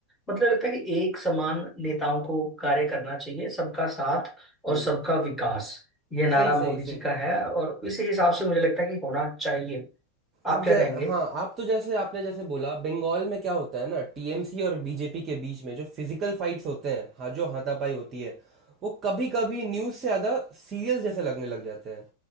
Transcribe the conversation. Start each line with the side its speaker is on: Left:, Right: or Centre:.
Centre: मतलब लगता है कि एक समान नेताओं को कार्य करना चाहिए सबका साथ और
Right: हम्म
Centre: सबका विकास ये नारा
Right: सही सही
Centre: मोदी
Right: सही
Centre: जी का है और इसी हिसाब से मुझे लगता है कि होना चाहिए आप
Right: आप
Centre: क्या
Right: जै
Centre: कहेंगे
Right: हाँ आप तो जैसे आपने जैसे बोला बंगाल में क्या होता है ना टीएमसी और बीजेपी के बीच में जो फिजिकल फाइट्स होते हैं हाँ जो हाथापाई होती है वो कभी कभी न्यूज़ से ज़्यादा सीरियस जैसे लगने लग जाते हैं